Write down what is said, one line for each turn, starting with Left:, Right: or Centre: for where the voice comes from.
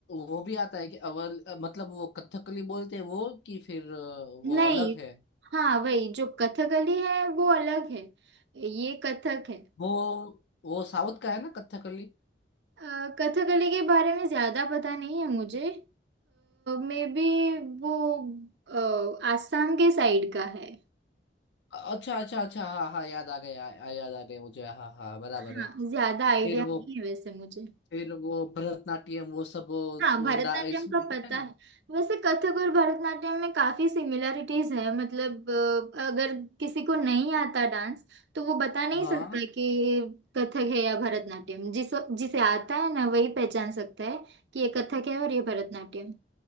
Left: वो भी आता है कि अवल मतलब वो कथकली बोलते हैं वो कि फिर अ, वो
Right: नहीं
Left: अलग है
Right: हाँ वही जो कथकली है वो अलग है ये कथक है
Left: वो वो साउथ का है ना कथकली
Right: अ, कथकली के बारे में ज्यादा पता नहीं है मुझे मे बी वो अ, आसाम के साइड का है
Left: अच्छा अच्छा अच्छा हाँ हाँ याद आ गया आ, याद आ गया मुझे हाँ हाँ बराबर
Right: हाँ
Left: है
Right: ज्यादा आइडिया
Left: फिर वो
Right: नहीं है वैसे मुझे
Left: फिर वो भरतनाट्यम वो सब वो,
Right: हाँ
Left: वो
Right: भरतनाट्यम
Left: डा- इसमें
Right: का
Left: रहता
Right: पता
Left: है ना
Right: है वैसे कथक और भरतनाट्यम में काफी सिमिलरिटीज है मतलब अ, अगर किसी को नहीं आता डांस तो वो बता नहीं
Left: हाँ
Right: सकता कि ये कथक है या भरतनाट्यम जिस जिसे आता है ना वही पहचान सकता है कि ये कथक है और ये भरतनाट्यम